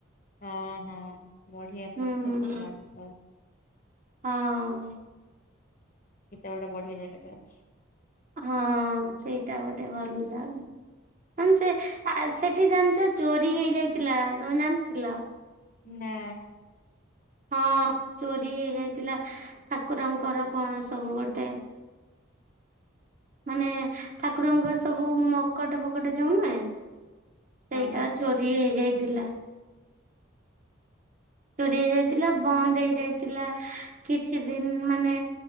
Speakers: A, on the left; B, on the right.
A: ହଁ- ହଁ ବଢିଆ
B: ହୁଁ
A: ଫୋଟୋସୁଟ୍ ମସ୍ତ୍ ପୁରା।
B: ହଁ।
A: ହେଟା ଗୋଟେ ବଢିଆ ଜାଗାଟେ ଅଛି।
B: ହଁ ସେଇଟା ଗୋଟେ ଭଲ୍ ଜାଗା। ମାନେ ସେ ସେଠି ଜାଣିଚ ଚୋରି ହେଇଯାଇଥିଲା -ତମେ ଜାଣିଥିଲ?
A: ନା।
B: ହଁ- ଚୋରି ହେଇଯାଇଥିଲା। ଠାକୁରଙ୍କର କଣ ସବୁ ଗୋଟେ- ମାନେ ଠାକୁରଙ୍କର
A: ହଁ
B: ସବୁ ମକଟ ଫକଟ ଯଉ ନୁହେଁ ସେଇଟା
A: ହଁ
B: ଚୋର୍ ରି ହେଇଯାଇଥିଲା। ଚୋରି ହେଇଯାଇଥିଲା ବନ୍ଦ୍ ହେଇଯାଇଥିଲା କିଛି ଦିନ୍ ମାନେ